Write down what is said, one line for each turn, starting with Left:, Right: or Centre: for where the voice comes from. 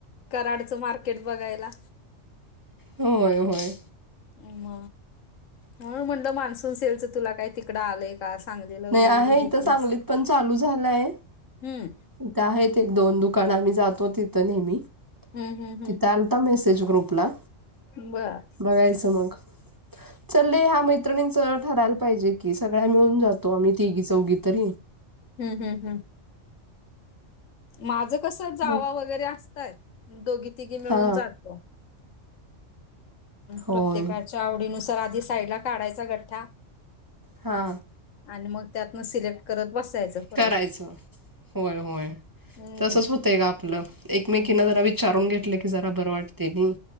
Left: कराडचं मार्केट बघायला.
Right: होय-होय.
Left: म हो म्हणलं, मान्सून सेलचं तुला काय तिकडं आलंय? का, सांगलीला?
Right: नाही,
Left: वगैरे
Right: आहे
Left: बघितलीस
Right: इथं. सांगलीत पण चालू झालंय.
Left: हम्म
Right: इथं आहेत एक-दोन दुकानं, आम्ही जातो तिथं नेहमी,
Left: हम्म हम्म
Right: तिथं आ टाकलायं मेसेज ग्रूपला.
Left: बरं.
Right: बघायचं मग. चाले. ह्या मैत्रिणींच ठरायला पाहिजे की सगळ्या मिळून जात हो, आम्ही तिघी-चौघी तरी
Left: हम्म-हम्म. माझं कसं जावा
Right: मग
Left: वगैरे असतय, दोघी-तिघी मिळून
Right: हा
Left: जातो.
Right: होय
Left: प्रत्येकाच्या आवडीनुसार आधी साईडला काढायचा गठ्ठा.
Right: हा.
Left: आणि मग त्यातनं सिलेक्ट करत बसायचं. परत
Right: करायचं. होय-होय,
Left: हम्म
Right: तसंच होतंय का आपलं? एकमेकीना
Left: हम्म.
Right: जरा विच रून घेतलं की जरा बरं वाटतंय ती,